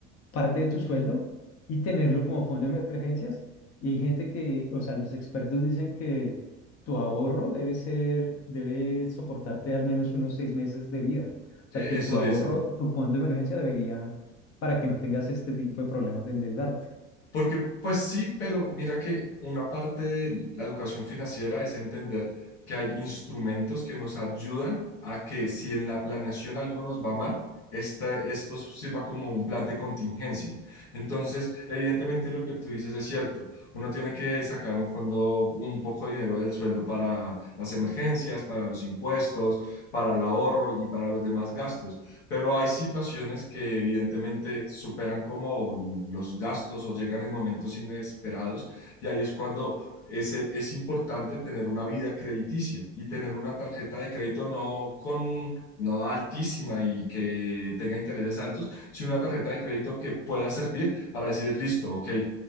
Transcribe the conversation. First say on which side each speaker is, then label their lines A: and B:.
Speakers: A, on the left (about 50°); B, on the left (about 80°).
A: parte de tu sueldo y tenerlo como fondo de emergencias. Y hay gente que, o sea, los expertos dicen que tu ahorro debe ser, debe soportarte al menos unos seis meses de vida. O
B: E-
A: sea, que tu
B: Eso
A: ahorro,
B: dicen.
A: tu fondo de emergencia debería, para que no tengas este tipo de problemas de endeudarte.
B: Porque pues sí, pero mira que una parte de la educación financiera es entender que hay instrumentos que nos ayudan a que si en la planeación algo nos va mal, esta, esto sirva como un plan de contingencia. Entonces, evidentemente lo que tú dices es cierto. Uno tiene que sacar un fondo, un poco de dinero del sueldo para las emergencias, para los impuestos, para el ahorro y para los demás gastos pero hay situaciones que evidentemente superan como los gastos o llegan en momentos inesperados y ahí es cuando es, es importante tener una vida crediticia y tener una tarjeta de crédito no con... no altísima y que tenga intereses altos, sino una tarjeta de crédito que pueda servir para decir, listo, ok,